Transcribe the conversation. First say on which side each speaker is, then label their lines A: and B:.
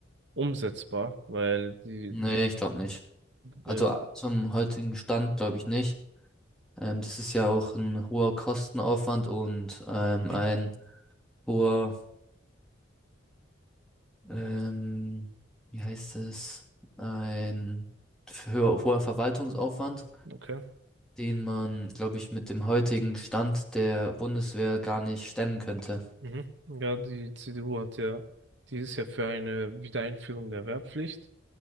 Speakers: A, on the right (about 65°); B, in the centre.
A: umsetzbar? Weil die
B: Nee, ich glaube nicht. Also
A: Ja.
B: äh, zum heutigen Stand glaube ich nicht. Ähm, das ist ja auch ein hoher Kostenaufwand und ähm,
A: Mhm.
B: ein hoher, ähm, wie heißt es, ein höher, hoher Verwaltungsaufwand,
A: Okay.
B: den man, glaube ich, mit dem heutigen Stand der Bundeswehr gar nicht stemmen könnte.
A: Mhm. Ja, die CDU hat ja, die ist ja für eine Wiedereinführung der Wehrpflicht